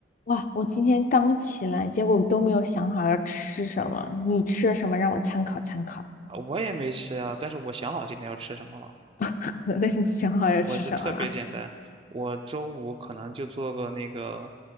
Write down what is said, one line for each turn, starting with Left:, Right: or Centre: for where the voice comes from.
Left: 哇，我今天刚起来，结果都没有想好要吃什么。你吃了什么，让我参考参考。
Right: 啊我也没吃呀，但是我想好今天要吃什么了。
Left: <laughs> 那你想好要吃什么了？
Right: 我这特别简单，我周五可能就做个那个